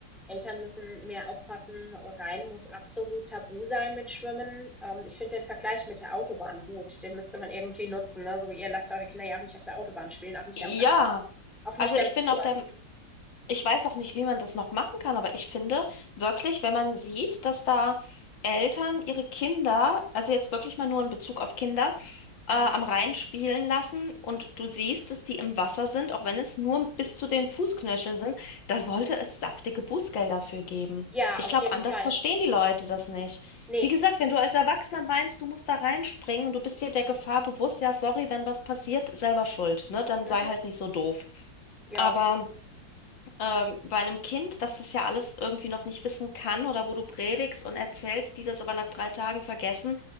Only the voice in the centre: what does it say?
Eltern müssen mehr aufpassen. Rhein muss absolut tabu sein mit Schwimmen. Ähm, ich finde den Vergleich mit der Autobahn gut. Den müsste man irgendwie nutzen. Ne? So wie ihr lasst eure Kinder ja auch nicht auf der Autobahn spielen, auch nicht
am Rand, auch nicht
ganz
kurz.
Mhm.
Ja,
auf
jeden
Fall.
Nee.
Mhm.
Ja.